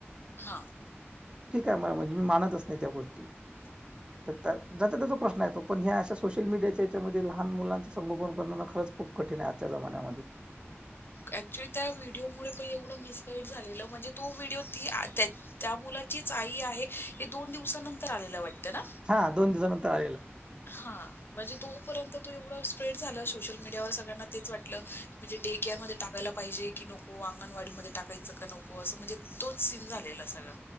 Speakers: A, on the left; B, on the right.
A: हा.
B: ठीक आहे मला म्हणजे मी मानतच नाही, त्या गोष्टी
A: <inaudible>
B: तर ज त्याचा प्रश्न येतो पण हे अशा, सोशल मीडियाच्या याच्यामध्ये लहान मुलांच संगोपन करणं खरंच खूप कठीण आहे आजच्या जमान्यामध्ये.
A: ॲक्च्युली त्या व्हिडिओमुळे पण एवढं मिसगाइड झालेलं, म्हणजे तो व्हिडिओ ती आ त्या त्या मुलाचीच आई आहे हे दोन दिवसानंतर आलेला वाटतं ना?
B: हा दोन दिवसानंतर आलेलं.
A: हा. म्हणजे तोपर्यंत तो एवढं स्प्रेड झाला सोशल मीडियावर. सगळ्यांना तेच वाटलं की म्हणजे डे केअर म टाकायला पाहिजे की नको? अंगणवाडी म टाकायचं का नको? असं म्हणजे तोच सीन झालेला सगळा